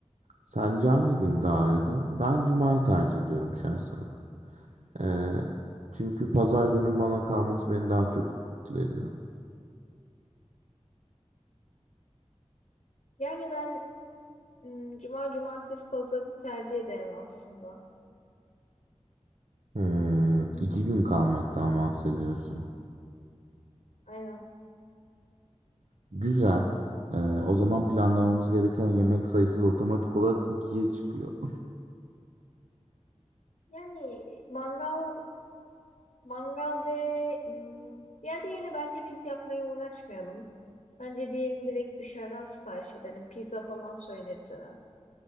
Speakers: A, on the right; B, on the left.
A: Sence hangi gün daha uygun? Ben cumayı tercih ediyorum şahsen. E, çünkü pazar günün bana kalması beni daha çok mutlu ediyor.
B: Yani ben Hmm, Cuma, cumartesi, pazarı tercih ederim aslında.
A: Hmm, iki gün kalmaktan bahsediyorsun.
B: Aynen.
A: Güzel. Ee, o zaman planlamamız gereken yemek sayısı da otomatik olarak ikiye çıkıyor.
B: Yani mangal, mangal ve hmm, ya diğerini bence biz yapmaya uğraşmayalım. Bence diğerini direkt dışarıdan sipariş edelim. Pizza falan söyleriz hemen.